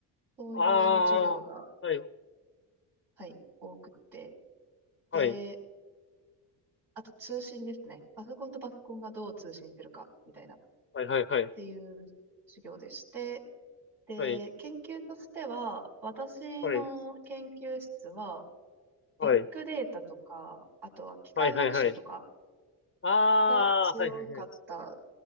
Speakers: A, on the right (about 85°); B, on the left (about 30°).
A: そういう授業が、
B: ああ。はい。
A: はい、多くって。
B: はい。
A: で、あと通信ですね。パソコンとパソコンがどう通信してるか、みたいな、っ
B: はい。はい。はい。
A: ていう授業でして、で、
B: は
A: 研究としては、私の研究室は、
B: い。はい
A: ビッグデータとか、
B: はい。
A: あとは機械学習とか
B: はいはいはい。ああ、
A: が強かった、
B: はいはいはい。